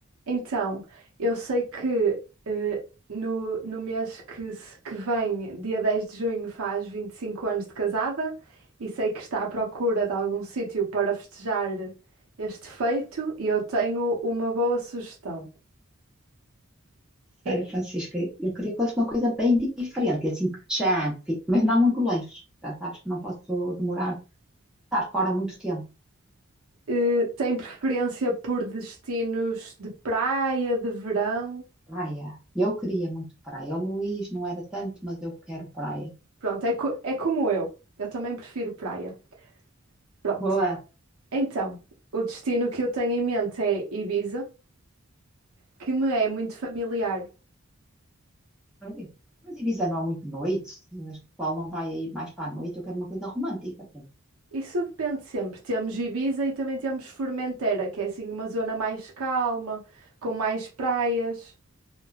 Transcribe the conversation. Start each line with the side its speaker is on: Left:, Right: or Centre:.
Right: Então, eu sei que eh, no, no mês que, se- que vem, dia 10 de junho, faz 25 anos de casada e sei que está à procura de algum sítio para festejar este feito e eu tenho uma boa sugestão. E-
Centre: Olha, Francisca, eu queria que fosse uma coisa bem diferente, e assim que já fique, mas não muito longe. Já sabes que não posso demorar, estar fora muito tempo.
Right: eh, tem preferência por destinos de praia, de verão?
Centre: Praia. Eu queria muito praia. O Luís não era tanto, mas eu quero praia.
Right: Pronto, é, co- é como eu. Eu também prefiro praia. Pronto.
Centre: Boa.
Right: Então, o destino que eu tenho em mente é Ibiza, que me é muito familiar.
Centre: Ai, Mas Ibiza não há muito noite, acho que o pessoal não vai aí mais para a noite. Eu quero uma coisa romântica. pronto.
Right: Isso depende sempre. Temos Ibiza e também temos Formentera, que é assim uma zona mais calma, com mais praias.